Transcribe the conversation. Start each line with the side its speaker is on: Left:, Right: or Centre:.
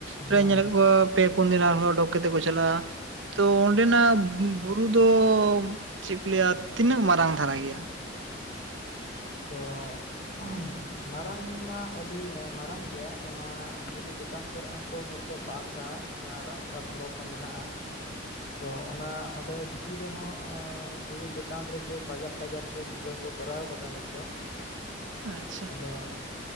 Right: ᱯᱮᱨᱟᱭ
Left: ᱦᱮᱸ
Right: ᱧᱮᱞᱮᱫ
Left: ᱦᱮᱸ
Right: ᱠᱚᱣᱟ, ᱯᱮ ᱯᱩᱱ ᱫᱤᱱ ᱟᱨ ᱦᱚᱸ ᱚᱰᱚᱠ ᱠᱮᱛᱮᱠᱚ ᱪᱟᱞᱟᱜ -ᱟ, ᱛᱚ ᱚᱸᱰᱮᱱᱟᱜ ᱵᱩᱨᱩ ᱫᱚ ᱪᱮᱫ ᱠᱚ ᱞᱟᱹᱭᱟ ᱛᱤᱱᱟᱹᱜ ᱢᱟᱨᱟᱝ ᱫᱷᱟᱨᱟ ᱜᱮᱭᱟ?
Left: ᱛᱚ <unintelligible> ᱢᱟᱨᱟᱝ ᱢᱟ ᱟᱹᱰᱤ ᱢᱟᱨᱟᱝ ᱜᱮᱭᱟ ᱚᱱᱟ ᱵᱩᱨᱩ ᱪᱮᱛᱟᱱ ᱠᱚᱨᱮ ᱦᱚᱸ ᱠᱚ ᱦᱚᱲ ᱠᱚ ᱵᱟᱥ ᱟ ᱟᱨ ᱨᱟᱥᱛᱟ ᱥᱚᱲᱚᱠ ᱦᱚᱸ ᱢᱮᱱᱟᱜᱼᱟ, ᱛᱚ ᱚᱱᱟ ᱚᱸᱰᱮ ᱵᱷᱤᱛᱤᱨ ᱨᱮᱦᱚᱸ ᱮᱸ ᱵᱩᱨᱩ ᱪᱮᱛᱟᱱ ᱨᱮᱜᱮ ᱵᱟᱡᱟᱨ ᱴᱟᱡᱟᱨ ᱠᱚ ᱡᱷᱚᱛ ᱠᱚ ᱠᱚᱨᱟᱣ ᱠᱟᱫᱟ ᱱᱤᱛ ᱫᱚ
Right: ᱟᱪᱪᱷᱟ
Left: ᱟᱫᱚ